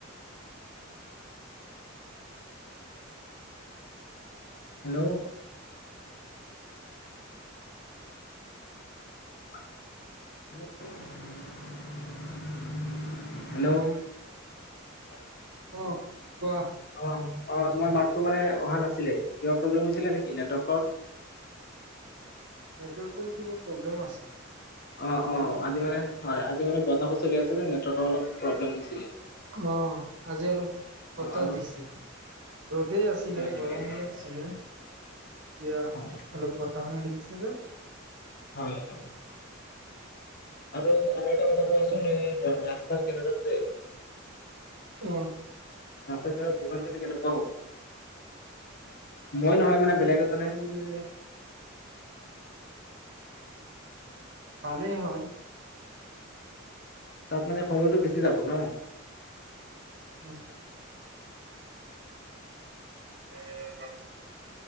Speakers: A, on the left; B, on the right.
A: হেল্ল'। হেল্ল'।
B: অহ কোৱা।
A: অ অ', তোমাৰ মাততো মানে অহা নাছিলে। কিবা প্ৰব্লেম হৈছি ছিলে নেকি নাটকৰ?
B: নেটৱৰ্কৰও কিবা প্ৰব্লেম আছে।
A: অ',
B: সেইটো
A: অ'
B: কাৰণে শুনা
A: আজি মানে,
B: নাই
A: হয় আজি মানে ব তাহো চলি আছে যে নেৱৰ্কৰ অলপ প্ৰব্লেম হৈছিলে।
B: অ', আজি অলপ <inaudible> বতাহ
A: অ', আৰু
B: দিছে। ৰ'দেই আছিলে
A: হয়,
B: গৰমোআ
A: হয়,
B: দিছিলে। এতিয়া,
A: হয়,
B: অলপ বতাহো মাৰি দিছে যে।
A: হয়, হয়। আৰু আৰু এটা কথা কোৱাচোন এই ৰাস্তাৰ কিনাৰত যে
B: অ।
A: ৰাস্তা ঘাট দোকান দিলে কেনেকুৱা হ'ব?
B: ৰাস্ত
A: মই নহয়
B: কিনাৰত
A: মানে বেলেগ এজনে
B: দোকান দিলে এ পালেই হয়।
A: তাত মানে সময়টো বেছি যাব ন?
B: উম। উউম।